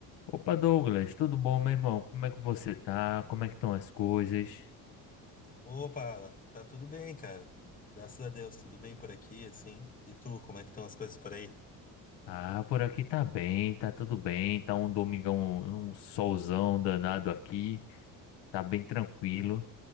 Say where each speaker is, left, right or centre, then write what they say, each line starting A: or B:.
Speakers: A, on the left; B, on the left.
A: Opa, Douglas, tudo bom, meu irmão? Como é que você tá? Como é que estão as coisas?
B: Opa, Alan, tá tudo bem, cara. Graças a Deus, tudo bem por aqui, assim. E tu, como é que estão as coisas por aí?
A: Ah, por aqui tá bem, tá tudo bem, tá um domingão, um solzão danado aqui, tá bem tranquilo.